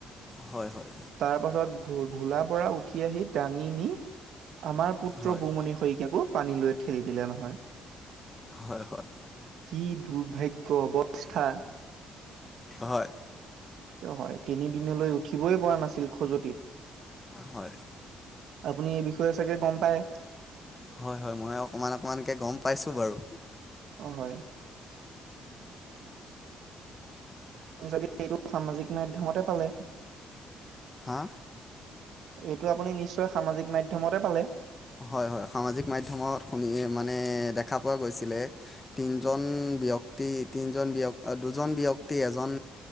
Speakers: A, on the left; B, on the right.
A: হয়, হয়।
B: তাৰপাছত, ভো- ভোলা বৰা উঠি আহি, দাঙি নি, আমাৰ পুত্ৰ
A: হয় হয়
B: বুমণি শইকীয়াকো পানীলৈ ঠেলি দিলে নহয়।
A: হয়, হয়।
B: কি দুৰ্ভাগ্য অৱস্থা!
A: হয়!
B: হয়, তিনিদিনলৈ উঠিবই পৰা নাছিল, খজুৱতিত।
A: হয়!
B: আপুনি এই বিষয়ে চাগে গম পাই?
A: হয়, হয়, মই অকমান-অকমানকে গম পাইছোঁ বাৰু।
B: অ, হয়। আপুনি চাগে এইটো সামাজিক মাধ্যমতে পালে?
A: হা
B: এইটো আপুনি নিশ্চয় সামাজিক মাধ্যমতে পালে?
A: হয়-হয় সামাজিক মাধ্যমত শুনি মানে দেখা পোৱা গৈছিলে। তিনিজন ব্যক্তি তিনিজন ব্য দুজন ব্যক্তি এজন